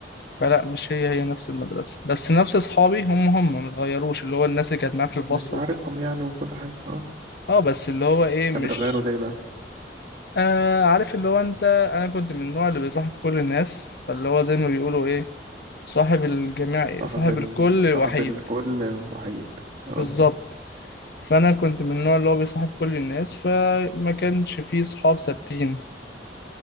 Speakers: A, on the left (about 60°); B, on the right (about 35°).
A: فلا مش هي هي نفس المدرسة بس نفس أصحابي هم هم متغيروش اللي هو الناس اللي كانت معايا في الفصل
B: لسه عارفهم يعني وكل حاجه اه
A: اه بس اللي هو ايه مش
B: طب بتغيروا ليه بقى
A: آه عارف اللي هو انت انا كنت من النوع اللي بيصاحب كل الناس فاللي هو زي ما بيقولوا ايه صاحب الجميع إيه؟
B: صاحب
A: صاحب
B: ال...
A: الكل
B: صاحب
A: وحيد
B: الكل وحيد اه
A: بالظبط فانا كنت من النوع اللي هو بيصاحب كل الناس فما كانش فيه صحاب ثابتين